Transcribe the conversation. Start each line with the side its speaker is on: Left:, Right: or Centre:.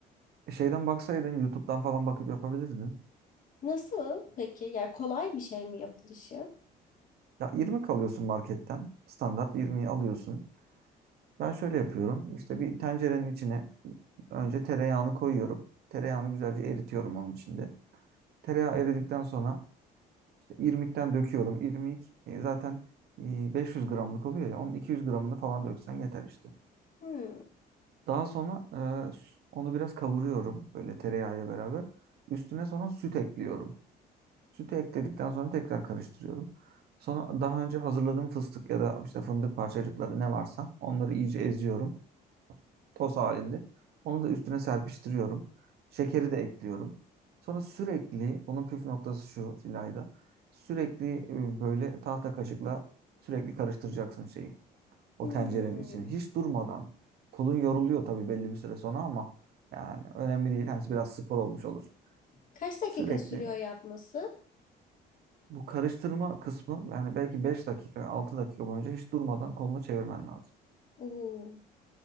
Right: E, Şeyden baksaydın YouTube'dan falan bakıp yapabilirdin.
Left: Nasıl peki? Yani kolay bir şey mi yapılışı?
Right: Ya 20 kalıyorsun marketten. Standart 20'yi alıyorsun. Ben şöyle yapıyorum. İşte bir tencerenin içine önce tereyağını koyuyorum. Tereyağını güzelce eritiyorum onun içinde. Tereyağı eridikten sonra işte irmikten döküyorum. İrmik e, zaten e, 500 gramlık oluyor ya. Onun 200 gramını falan döksen yeter işte.
Left: Hmm.
Right: Daha sonra e, s- onu biraz kavuruyorum böyle tereyağıyla beraber. Üstüne sonra süt ekliyorum. Sütü ekledikten sonra tekrar karıştırıyorum. Sonra daha önce hazırladığım fıstık ya da işte fındık parçacıkları ne varsa onları iyice eziyorum. Toz halinde. Onu da üstüne serpiştiriyorum. Şekeri de ekliyorum. Sonra sürekli, bunun püf noktası şu Zilayda. Sürekli e, böyle tahta kaşıkla sürekli karıştıracaksın şeyi. O
Left: Hmm.
Right: tencerenin içini. Hiç durmadan. Kolun yoruluyor tabii belli bir süre sonra ama yani önemli değil. Hani biraz spor olmuş olur.
Left: Kaç dakika
Right: Sürekli.
Left: sürüyor yapması?
Right: Bu karıştırma kısmı yani belki 5 dakika 6 dakika boyunca hiç durmadan kolunu çevirmen lazım.
Left: Oo,